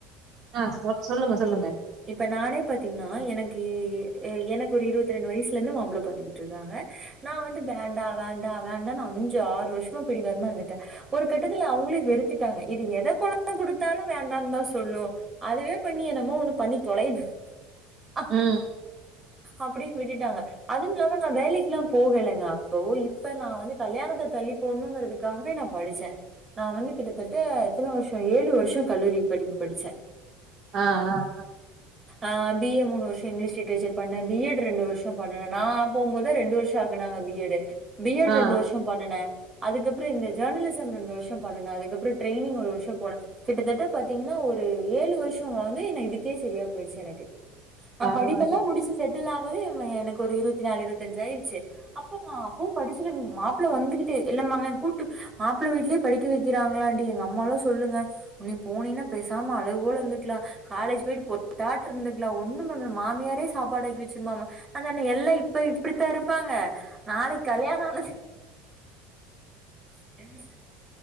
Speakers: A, on the right; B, on the right.
A: ஆ சொல் சொல்லுங்க சொல்லுங்க
B: இப்போ நானே பாத்தீங்கன்னா எனக்கு அ எனக்கு ஒரு இருவத்து ரெண்டு வயசுல இருந்து மாப்ள பாத்துக்கிட்ருக்காங்க நா வந்து வேண்டா வேண்டா வேண்டானு அஞ்சு ஆறு வருஷோ பிடிவாதமா இருந்துட்டே ஒரு கட்டத்துல அவங்களே வெறுத்துட்டாங்க இது எத கொண்டாந்து குடுத்தாலு வேண்டாம்னு தா சொல்லு அதுவே பண்ணி எனமோ ஒண்ணு பண்ணி தொலையடு ஆ
A: ம்
B: அப்டின் விட்டுட்டாங்க அதுவுமில்லாம நா வேலைக்கெல்லா போகலங்க அப்போ இப்ப நா வந்து கல்யாணத்த தள்ளிப் பொண்ணுங்கிறதுக்காகவே நா படிச்சே நா வந்து கிட்டத்தட்ட எத்தன வருஷோ ஏழு வருஷோ கல்லூரி படிப்பு படிச்சே
A: ஆ ஆ ஆ
B: ஆ பி ஏ மூணு வருஷோ இங்கிலீஷ் லிட்ரேச்சர் பண்ணே பி எட் ரெண்டு வருஷோ பண்ணுணே நா போம்போது ரெண்டு வருஷோ ஆக்குனாங்க பி எடு பி எடு
A: ஆ
B: ரெண்டு வருஷோ பண்ணுணே அதுக்கப்றோ இந்த ஜர்னலிஸ்ஸம் ரெண்டு வருஷோ பண்ணுனே அதுக்கப்றோ ட்ரைனிங் ஒரு வருஷோ போனே கிட்டத்தட்ட பாத்தீங்கன்னா ஒரு ஏழு வருஷோவாது என்ன இதி கே செரியா போயிடுச்சு எனக்கு நா
A: பரவால்ல
B: படிப்பெல்லாம் முடிச்சு செட்டில் ஆம்போது எனக்கு ஒரு இருவத்தி நாலு இருவத்தஞ்சு ஆய்றுச்சு அப்போ நா அப்பவு படிச்சிரு மாப்பிள்ள வந்துகிட்டு இல்லமாங்க கூட்டு மாப்ள வீட்லே படிக்க வைக்றாங்களான்டி எங்க அம்மால்லா சொல்லுங்க நீ போனீனா பேசாம அழகுபோல இருந்துக்கலா காலேஜ் போயிட்டு போட் <inaudible> டாட் இருந்துக்கலா ஒண்ணு பண்ண மாமியாரே சாப்பாடு ஆக்கி வச்சுறுமாம்மா அதான எல்லா இப்ப இப்டித்தா இருப்பாங்க நாளைக் கல்யாணோ ஆனது உ <inaudible>